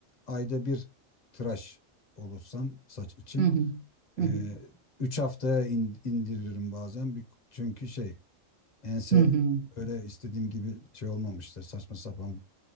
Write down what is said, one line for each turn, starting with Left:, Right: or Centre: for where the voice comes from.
Left: ayda bir tıraş olursam saç için
Right: hı hı,
Left: Ee,
Right: hı hı,
Left: üç haftaya in- indiririm bazen. Bir, çünkü şey ense
Right: hı hı.
Left: öyle istediğim gibi şey olmamıştır. Saçma sapan